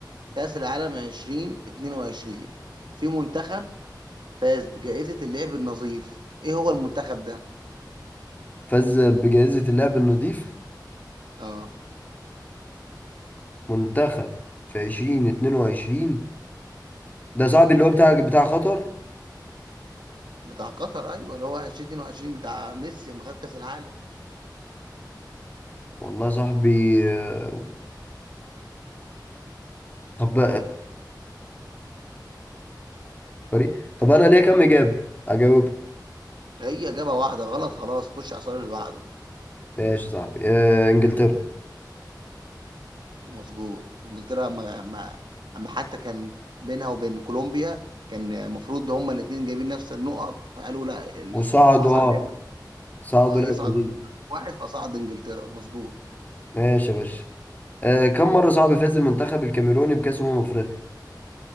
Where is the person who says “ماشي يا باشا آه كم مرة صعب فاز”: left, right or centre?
Left